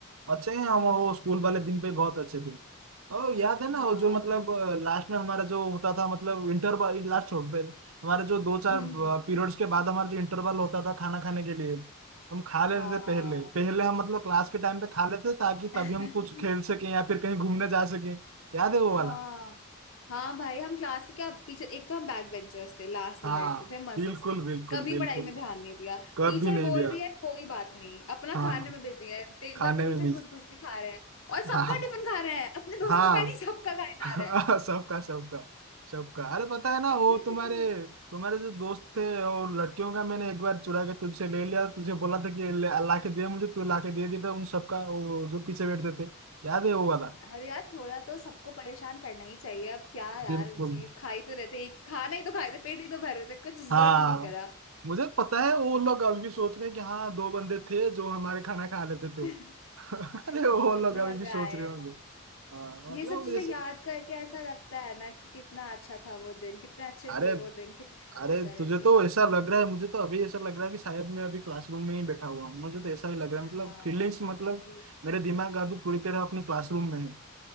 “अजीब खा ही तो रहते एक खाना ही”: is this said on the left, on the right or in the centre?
Left